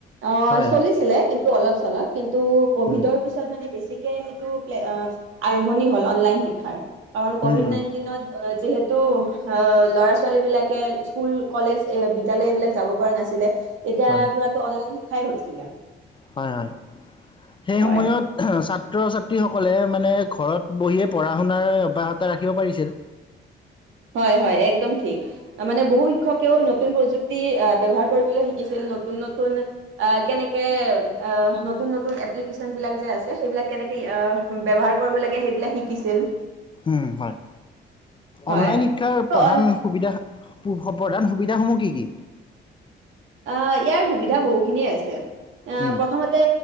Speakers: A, on the right; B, on the left.
A: অ
B: হয় হয়
A: চলিছিলে কিন্তু অলপ চলপ কিন্তু কভিডৰ
B: উম
A: পিছত মানে বেছি। সেইটো আৰম্ভণি হল অনলাইন শিক্ষাৰ কাৰণ কভিড
B: উম উম
A: নাইনটিনত যিহেত তো আহ ল'ৰা ছোৱালী বিলাকে স্কুল কলেজ এ বিদ্যালয় এইবিলাক যাব পৰা নাছিলে। তেতিয়াৰ
B: হয়
A: পৰাতো অনলাইন শ খাই হৈছিলে
B: হয় হয়। সেই
A: হয়।
B: সময়ত ছাত্ৰ ছাত্ৰীসকল লে মানে ঘৰত বহিয়ে পঢ়া শুনা অব্যাহত ৰাখিব পাৰিছিল।
A: হয় হয় একদম ঠিক মানে বহু শিক্ষকেও নতুন প্ৰযুক্তি ব্যৱহাৰ কৰিবলৈ শিকিছিল নতুন- নতুন কেনেকে ই নতুন- নতুন এপ্লিকেচনবিলাক যে আছে সেইবিলাক কেনেকে এ ব্যৱহাৰ কৰিব লাগে সেইবিলাক শিকিছিল।
B: উম হয়।
A: হয়
B: অনলাইন শিক্ষাৰ
A: তো
B: প্ৰধান
A: অন-
B: সুবিধা পু প্ৰধান সুবিধাসমূহ কি কি
A: অ ইয়াৰ সুবিধা বহুখিনিয়ে আছে ছে অ
B: উম,
A: প্ৰথমতে